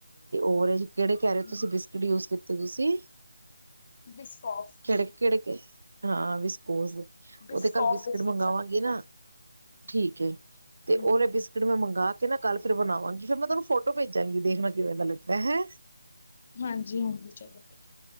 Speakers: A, on the right (about 60°); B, on the left (about 25°).
A: ਓਰੇਜ ਕਿਹੜੇ ਕਹਿ
B: ਹੈ।
A: ਰਹੇ ਤੁਸੀਂ ਬਿਸਕਿਟ ਜੂਯ ਕੀਤੇ। ਤੇ ਤੁਸੀਂ-
B: ਡਿਸਕੋਫ।
A: ਕਿਹੜੇ-ਕਿਹੜੇ ਹਾਂ, ਵਿਸਪੋਜ।
B: ਬਿਸਕੋਫ
A: ਉਹ ਤੇ ਕੱਲ ਬਿਸਕਿਟ
B: ਬਿਸਕਿਟਸ
A: ਮੰਗਾਵਾਂਗੀ
B: ਹਨ।
A: ਨਾ। ਠੀਕ ਏ। ਤੇ
B: ਹੂੰ
A: ਉਹਦੇ
B: ਹੂੰ
A: ਬਿਸਕਿਟ ਮੈਂ ਮੰਗਾ ਕੇ ਇਹ ਨਾ ਕੱਲ ਫਿਰ ਬਣਾਵਾਂਗੀ, ਫਿਰ ਮੈਂ ਤੁਹਾਨੂੰ ਫੋਟੋ ਭੇਜਾਂਗੀ, ਦੇਖਣਾ ਕਿਵੇਂ ਦਾ ਲੱਗਦਾ ਹੈ।
B: ਹਾਂਜੀ-ਹਾਂਜੀ ਚਲੋ, ਠੀਕ-ਠੀਕ।